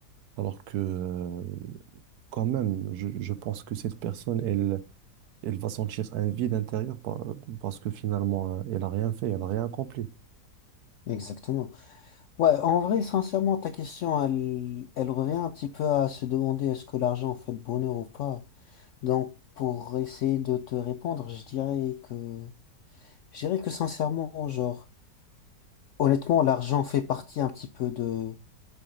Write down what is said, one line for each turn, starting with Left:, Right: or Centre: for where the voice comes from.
Right: alors que euh, quand même, je, je pense que cette personne, elle elle va sentir un vide intérieur par- parce que finalement, euh, elle a rien fait, elle a rien accompli.
Left: Exactement. Ouais, en vrai, sincèrement, ta question, elle, elle revient un petit peu à se demander est-ce que l'argent fait le bonheur ou pas. Donc, pour essayer de te répondre, je dirais que, je dirais que sincèrement, genre, honnêtement, l'argent fait partie un petit peu de,